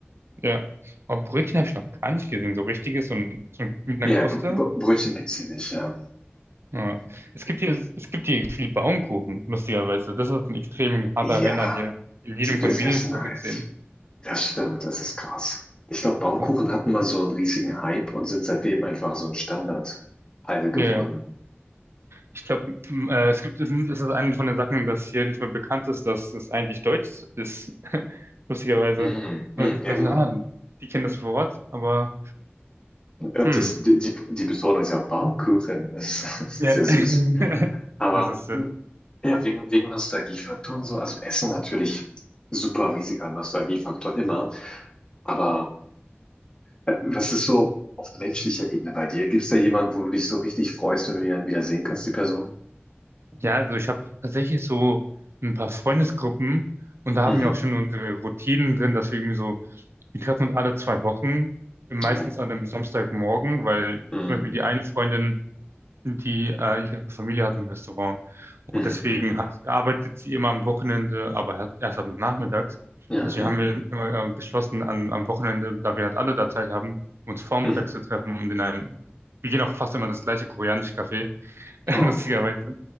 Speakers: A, on the right (about 75°); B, on the left (about 20°).
A: ja. Aber Brötchen habe ich noch gar nicht gesehen, so richtiges und so mit einer
B: Ja,
A: Kruste.
B: Br Br Brötchen gibt's hier nicht, ja.
A: Ja. Es gibt hier, es gibt hier viel Baumkuchen, lustigerweise. Das ist ein extrem harter
B: Ja,
A: Renner hier. In jedem
B: die Besessenheit.
A: Convenience Store gibt's den.
B: Das stimmt, das ist krass. Ich glaube, Baumkuchen
A: Ja,
B: hatten mal so einen riesigen Hype und sind seitdem einfach so ein Standardteil geworden.
A: ja. ja. Ich glaube, äh, es gibt, es ist eine von den Sachen, dass hier nicht mehr bekannt ist, dass es eigentlich deutsch ist. <laughs> Lustigerweise.
B: Mm, mm,
A: Leute,
B: ja, genau.
A: ah, die kennen das Wort, aber
B: Und
A: hm.
B: das, die, die die Betonung ist ja auch Baumkuchen. Das ist <laughs> das ist
A: Ja.
B: sehr süß.
A: <laughs>
B: Aber
A: Das ist, äh,
B: mm, ja, wegen, wegen Nostalgiefaktoren so, also Essen natürlich super riesiger Nostalgiefaktor immer. Aber äh, was ist so auf menschlicher Ebene bei dir? Gibt's da jemanden, wo du dich so richtig freust, wenn du die dann wieder sehen kannst, die Person?
A: Ja, also ich habe tatsächlich so ein paar Freundesgruppen und da haben
B: Mhm.
A: wir auch schon unsere Routinen drin, dass wir irgendwie so, wir treffen uns alle zwei Wochen, meistens
B: Mhm.
A: an einem Samstagmorgen, weil
B: Mhm.
A: zum Beispiel die eine Freundin, die äh, ihre Familie hat ein Restaurant
B: Mhm.
A: und deswegen hat, arbeitet sie immer am Wochenende, aber halt erst ab nachmittags.
B: Ja,
A: Deswegen
B: ja.
A: haben wir immer äh, beschlossen, an, am Wochenende, da wir halt alle da Zeit haben, uns vormittags
B: Mhm.
A: zu treffen und in einen, wir gehen auch fast immer in das gleiche koreanische Café, <laughs>
B: Oh.
A: lustigerweise.